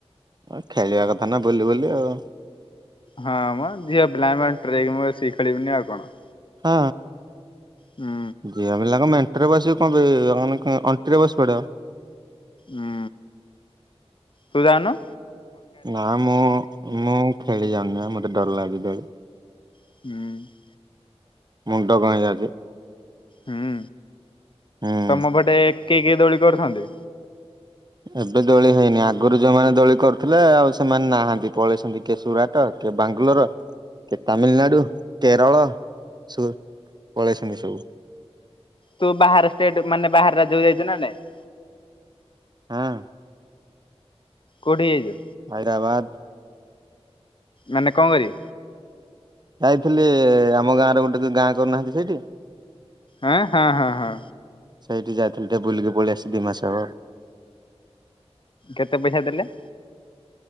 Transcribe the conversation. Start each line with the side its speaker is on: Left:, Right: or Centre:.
Right: ଆ ଖେଳିବା କଥା ନା ବୁଲି ବୁଲି ଆଉ।
Left: ହଁ ମ, ଝିଅ ପିଲାମାନେ ଟ୍ରିକ୍ ମୁଁ ବସିକି ଖେଳିବିନି ଆଉ କଣ?
Right: ହଁ,
Left: ହୁଁ
Right: ଝିଅପିଲାଙ୍କ ମେ ବସିବ କଣ ପାଇଁ ଅଣ୍ଟିରେ ବସିପଡ଼ିବ।
Left: ହୁଁ, ତୁ ଜାଉନୁ।
Right: ନା ମୁଁ ମୁଁ ଖେଳି ଯାଉନି ଆଉ, ମତେ ଡର ଲାଗୁଛି ଦୋଳି।
Left: ହୁଁ
Right: ମୁଣ୍ଡ କଣ ହେଇ ଯାଉଛି।
Left: ହୁଁ,
Right: ହୁଁ।
Left: ତମ ପଟେ କିଏ କିଏ ଦୋଳି କରୁଛନ୍ତି?
Right: ଏବେ ଦୋଳି ହେଇନି, ଆଗରୁ ଯୋଉମାନେ ଦୋଳି କରୁଥିଲେ ଆଉ ସେମାନେ ନାହାନ୍ତି। ପଳେଇଛନ୍ତି କିଏ ସୁରାଟ। କିଏ ବାଙ୍ଗାଲୋର, କିଏ ତାମିଲନାଡୁ, କେରଳ। ପଳେଇଛନ୍ତି ସବୁ।
Left: ତୁ ବାହାର ଷ୍ଟେଟ୍, ମାନେ ବାହାର ରାଜ୍ୟକୁ ଯାଇଛୁ ନା ନାଇଁ।
Right: ଆଁ।
Left: କଉଠି ହେଇଚ?
Right: ହାଇଦ୍ରାବାଦ୍।
Left: ମାନେ କଣ କରି
Right: ଯାଇଥିଲି ଆମ ଗାଁ ର ଗୋଟେ ଗାଁ କରୁନାହାନ୍ତି ସେଇଠି?
Left: ଆଁ- ହଁ- ହଁ -ହଁ।
Right: ସେଇଠି ଯାଇଥିଲି ଟିକେ ବୁଲିକି ପଳେଇ ଆସିଲି ଦି ମାସ ହବ।
Left: କେତେ ପଇସା ଦେଲେ?